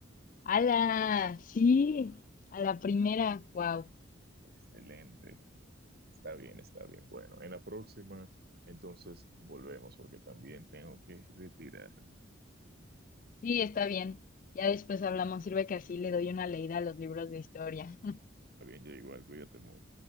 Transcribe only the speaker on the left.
¡Hala! Sí, a la primera, wow.
Sí, está bien. Ya después hablamos. Sirve que así le doy una leída a los libros de historia.